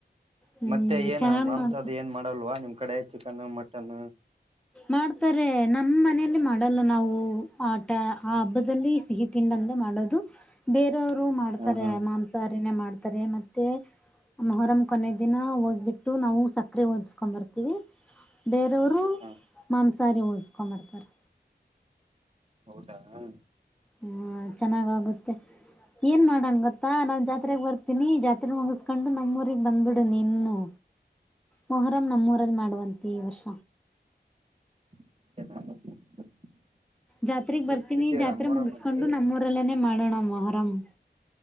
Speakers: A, in the centre; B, on the right.
A: ಹ್ಮ್
B: ಮತ್ತೆ ಏನು
A: ಚೆನ್ನಾಗ್
B: ಮಾಂಸದ
A: ಮಾಡ್ತಾರೆ
B: ಏನ್ ಮಾಡಲ್ವಾ ನಿಮ್ ಕಡೆ ಚಿಕನ್ ಮಟನ್ನು.
A: ಮಾಡ್ತಾರೆ ನಮ್ಮ ಮನೆಯಲ್ಲಿ ಮಾಡಲ್ಲ ನಾವು ಆಟ ಆ ಹಬ್ಬದಲ್ಲಿ ಸಿಹಿ ತಿಂಡಂ ಮಾಡದು ಬೇರೆಯವರು ಮಾಡ್ತಾರೆ
B: ಹ ಹಾ
A: ಮಾಂಸಾಹಾರಿನೇ ಮಾಡ್ತಾರೆ ಮತ್ತೆ. ಮೋಹರಮ್ ಕೊನೆ ದಿನ ಹೋಗ್ಬಿಟ್ಟು ನಾವು ಸಕ್ಕರಿ ಓದಸ್ಕೊಂಡ್ ಬರ್ತೀವಿ. ವರು
B: ಹ
A: ಮಾಂಸಹಾರಿ ಹೋದುಸಕೊಂಬರ್ತಾರೆ.
B: ಹೌದಾ ಹ.
A: ಹ್ಮ ಚೆನ್ನಾಗಾಗುತ್ತೆ. ಏನ್ ಮಾಡೋಣ್ ಗೊತ್ತಾ ನಾನ್ ಜಾತ್ರೆಗ್ ಬರ್ತೀನಿ ಜಾತ್ರೆ ಮುಗಿಸ್ಕೊಂಡು ನಮ್ಮೂಊರಿಗ್ ಬಂದ್ಬಿಡ ನೀನುನು. ಮೊಹರಂ ನಮ್ಮೂರಲ್ಲಿ ಮಾಡುವಂತೆ ಈ ವರ್ಷ.
B: <inaudible>
A: ಜಾತ್ರೆಗ್
B: ನೀವು
A: ಬರ್ತೀನಿ
B: ಕುಣಿತೀರಾ
A: ಜಾತ್ರೆ
B: ಮೊಹರಂ
A: ಮುಗಸ್ಕೊಂಡು
B: ಅಲ್ಲಿ
A: ನಮ್ಮೂರಲ್ಲೇನೆ ಮಾಡೋಣ ಮೋಹರಾಮ್.